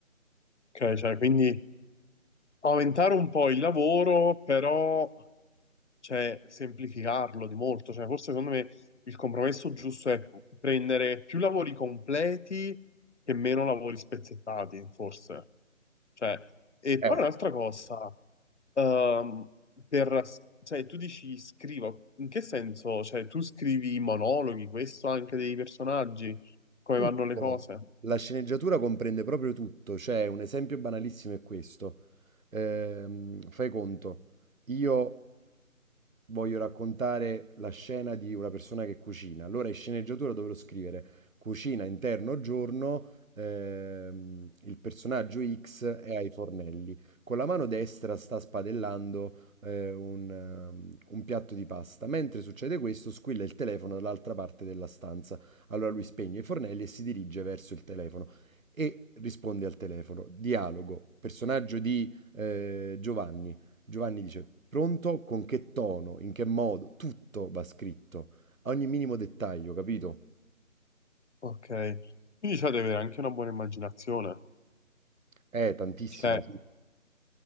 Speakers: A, on the left; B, on the right.
A: Ok, cioè, quindi aumentare un po' il lavoro, però cioè, semplificarlo di molto. Cioè, forse secondo me il compromesso giusto è prendere più lavori completi e meno lavori spezzettati, forse. Cioè, e
B: Eh.
A: poi un'altra cosa, ehm, per, cioè, tu dici scrivo, in che senso? Cioè, tu scrivi i monologhi, questo anche dei personaggi? come
B: Tutto.
A: vanno le cose.
B: La sceneggiatura comprende proprio tutto, cioè un esempio banalissimo è questo. Ehm, fai conto, io voglio raccontare la scena di una persona che cucina, allora in sceneggiatura dovrò scrivere cucina interno giorno, ehm, il personaggio X è ai fornelli, con la mano destra sta spadellando eh, un, ehm, un piatto di pasta, mentre succede questo squilla il telefono dall'altra parte della stanza. Allora lui spegne i fornelli e si dirige verso il telefono e risponde al telefono. Dialogo, personaggio di eh, Giovanni. Giovanni dice, pronto? Con che tono? In che modo? Tutto va scritto, a ogni minimo dettaglio, capito?
A: Ok. Quindi c'è da avere anche una buona immaginazione.
B: Eh, tantissima,
A: Cioè,
B: sì.